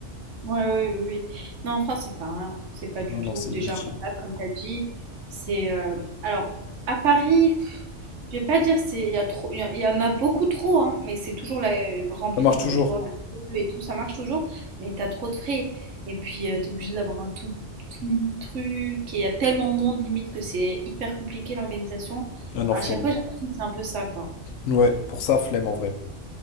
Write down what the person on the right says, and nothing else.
Ouais, oui, oui, oui. Non, en France, ça sert à rien. C'est pas du
tout
déjà
rentable, comme tu as dit. C'est euh, alors à Paris, pff, je vais pas dire c'est il y a trop, il y, a- il y en a beaucoup trop, hein, mais c'est toujours la, euh, rempli.
Il y a toujours la queue et tout, ça marche toujours. Mais t'as trop de frais. Et puis tu t'es obligé d'avoir un tout, tout mini truc. Et il y a tellement de monde limite que c'est hyper compliqué l'organisation.
Enfin, à
chaque fois, j'ai l'impression que c'est un peu ça, quoi.